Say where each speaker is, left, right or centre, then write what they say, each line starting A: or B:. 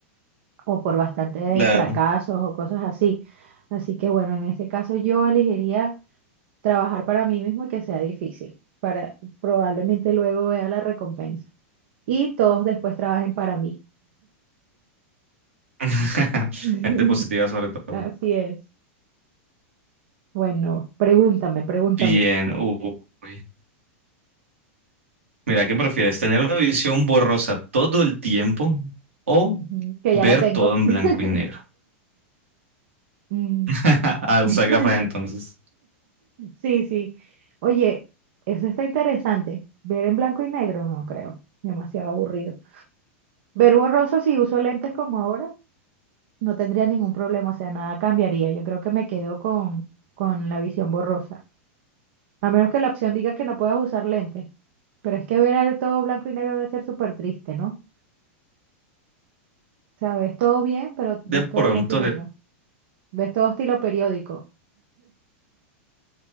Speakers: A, on the right (about 55°); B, on the right (about 75°).
A: o por bastantes
B: Claro.
A: fracasos o cosas así. Así que bueno, en este caso yo elegiría trabajar para mí mismo y que sea difícil, para probablemente luego vea la recompensa y todos después trabajen para mí.
B: <laughs>
A: <laughs>
B: Gente positiva sobre todo.
A: Así es. Bueno, pregúntame, pregúntame.
B: Bien. uy. Mira, ¿qué prefieres? ¿Tener una visión borrosa todo el tiempo o
A: Ujú, que
B: ver
A: ya la tengo.
B: todo en
A: <laughs>
B: blanco y negro?
A: Mm.
B: <laughs> Ah,
A: <laughs>
B: usa gafas entonces.
A: Sí, sí. Oye, eso está interesante. Ver en blanco y negro, no creo. Demasiado aburrido. Ver borroso si uso lentes como ahora. no tendría ningún problema, o sea, nada cambiaría. Yo creo que me quedo con, con la visión borrosa. A menos que la opción diga que no puedas usar lentes. Pero es que ver el todo blanco y negro debe ser súper triste, ¿no? O sea, ves todo bien, pero
B: De
A: ves
B: pronto
A: todo blanco y negro.
B: le...
A: Ves todo estilo periódico.